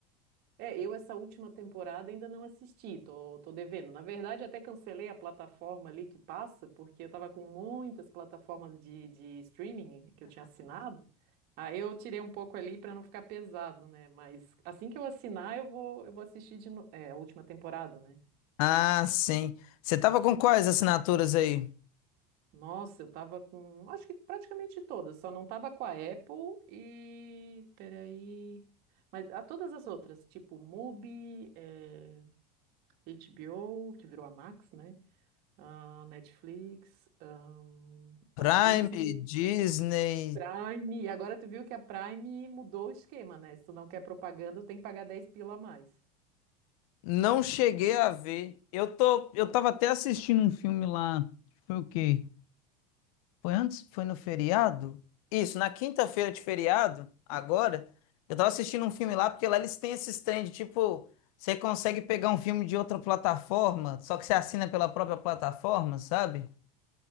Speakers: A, on the right; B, on the left.
A: É, eu essa última temporada ainda não assisti, tô, tô devendo. Na verdade, até cancelei a plataforma ali que passa, porque eu tava com muitas plataformas de, de streaming que eu tinha assinado. Aí eu tirei um pouco ali pra não ficar pesado, né? Mas assim que eu assinar, eu vou, eu vou assistir de no... é, a última temporada, né?
B: Ah, sim. Você tava com quais assinaturas aí?
A: Nossa, eu tava com, acho que praticamente todas, só não tava com a Apple e, peraí, mas a todas as outras, tipo MUBI, eh, HBO, que virou a Max, né? A Netflix, ahn,
B: Prime,
A: a Disney,
B: Disney.
A: Prime, e agora tu viu que a Prime mudou o esquema, né? Se tu não quer propaganda, tem que pagar 10 pila a mais.
B: Não cheguei a ver. Eu tô, eu tava até assistindo um filme lá. Foi o quê? Foi antes? Foi no feriado? Isso, na quinta-feira de feriado, agora, eu tava assistindo um filme lá, porque lá eles têm esses trem de tipo, você consegue pegar um filme de outra plataforma, só que você assina pela própria plataforma, sabe?